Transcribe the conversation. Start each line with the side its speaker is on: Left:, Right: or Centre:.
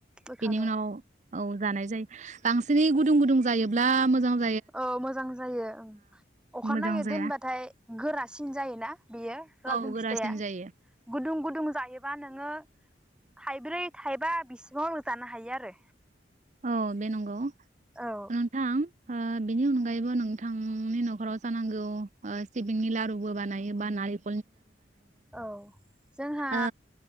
Centre: बोखाङो
Right: बेनि उनाव औ। जानाय जायो। बांसिनै गुदुं गुदुं जायोब्ला मोजां ज
Centre: औ मोजां जायो ओं अखा
Right: मोजां
Centre: नायै
Right: जाया
Centre: दोनबाथाय गोरासिन जायोना बेयो लावदुम
Right: औ गोरासिन
Centre: फिथाइया
Right: जायो
Centre: गुदुं गुदुं जायोबा नोङो थाइब्रै थाइबा बिस <unintelligible> जानो हायो आरो।
Right: औ बे नोंगौ
Centre: औ
Right: नोंथां। ओ बिनि अनगायैबो नोंथांनि न'खराव जानांगौ ओ सिबिंनि लारुबो बानायो बा नालिख
Centre: औ जोंहा
Right: ओ